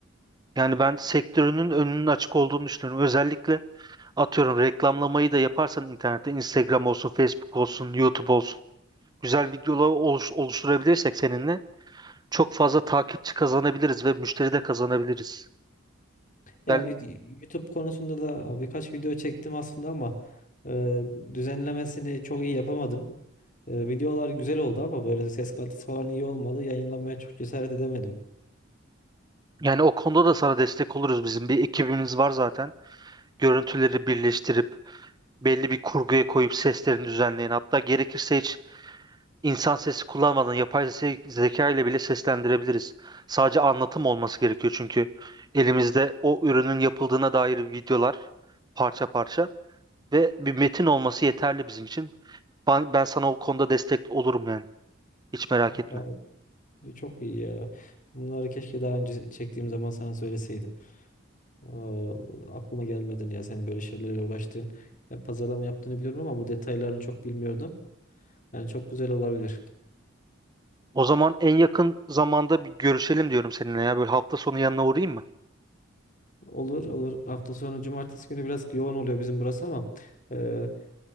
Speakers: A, on the right; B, on the left.
A: Yani ben sektörünün önünün açık olduğunu düşünüyorum. Özellikle atıyorum reklamlamayı da yaparsan internette Instagram olsun, Facebook olsun, YouTube olsun güzel videolar oluş- oluşturabilirsek seninle çok fazla takipçi kazanabiliriz ve müşteri de kazanabiliriz.
B: Ya
A: Ben,
B: vi- YouTube konusunda da birkaç video çektim aslında ama e, düzenlemesini çok iyi yapamadım. E, videolar güzel oldu ama böyle ses kalitesi falan iyi olmadı. Yayınlamaya çok cesaret edemedim.
A: yani o konuda da sana destek oluruz. Bizim bir ekibimiz var zaten. Görüntüleri birleştirip belli bir kurguya koyup seslerini düzenleyen hatta gerekirse hiç İnsan sesi kullanmadan yapay ze- zeka ile bile seslendirebiliriz. Sadece anlatım olması gerekiyor çünkü elimizde o ürünün yapıldığına dair videolar parça parça ve bir metin olması yeterli bizim için. Ben, ben sana o konuda destek olurum yani. Hiç merak etme.
B: Ya, e, çok iyi ya. Bunları keşke daha önce çektiğim zaman sana söyleseydim. Aa, aklıma gelmedin ya senin böyle şeylerle uğraştığın. Ya, pazarlama yaptığını biliyorum ama bu detaylarını çok bilmiyordum. Yani çok güzel olabilir.
A: O zaman en yakın zamanda bir görüşelim diyorum seninle ya. Böyle hafta sonu yanına uğrayayım mı?
B: Olur olur. Hafta sonu cumartesi günü biraz yoğun oluyor bizim burası ama e,